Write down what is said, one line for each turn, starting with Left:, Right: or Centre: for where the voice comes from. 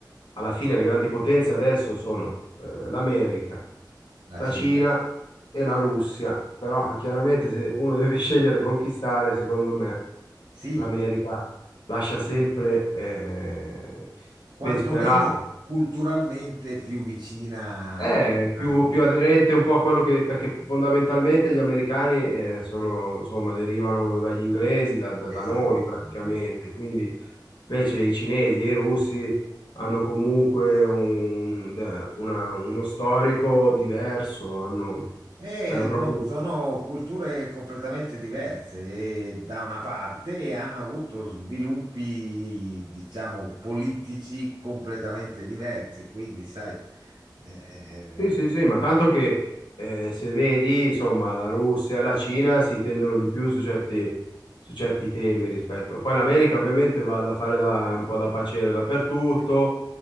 Left: alla fine le grandi potenze adesso sono eh, l'America,
Right: la
Left: la
Right: Cina,
Left: Cina e la Russia, però chiaramente se uno deve <laughs> scegliere e conquistare, secondo me
Right: sì,
Left: l'America lascia
Right: eh,
Left: sempre eh,
Right: quantomeno
Left: ben sperare.
Right: culturalmente più vicina
Left: È
Right: a a
Left: più,
Right: noi.
Left: più aderente un po' a quello che, perché fondamentalmente gli americani eh, sono, insomma, derivano dagli inglesi, da, da- da
Right: Esatto,
Left: noi praticamente,
Right: esatto.
Left: quindi Invece i cinesi e i russi hanno comunque un- da- una- uno storico diverso, hanno,
Right: E
Left: hanno proprio...
Right: so- sono culture completamente diverse e da una parte hanno avuto sviluppi, diciamo, politici completamente diversi, quindi sai, eh, eh,
Left: Sì, sì, sì, ma tanto che eh, se vedi, insomma, la Russia e la Cina si intendono di più su certi, su certi temi rispetto... Poi l'America ovviamente va da fare da, un po' da paciere dappertutto,